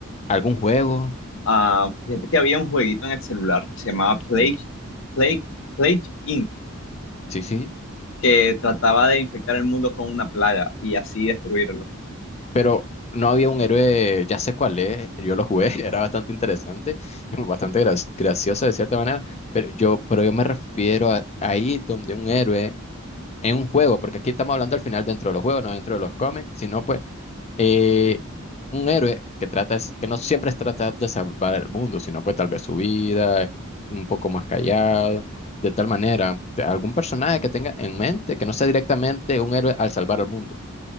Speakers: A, on the left; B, on the left.
A: ¿Algún juego?
B: Ah, fíjate que había un jueguito en el celular que se llamaba Plague,
A: Mm,
B: Plague, Plague Inc.,
A: Sí, sí.
B: que trataba de infectar el mundo con una plaga y así destruirlo.
A: Pero no había un héroe, ya sé cuál es, yo lo jugué, <laughs> era bastante interesante, y bastante gra- gracioso de cierta manera, pero yo, pero yo me refiero a ahí donde un héroe en un juego, porque aquí estamos hablando al final dentro de los juegos, no dentro de los cómics, sino pues eh, un héroe que trata es, que no siempre es tratar de salvar el mundo, sino pues tal vez su vida, es un poco más callado, de tal manera, te- algún personaje que tenga en mente que no sea directamente un héroe al salvar el mundo.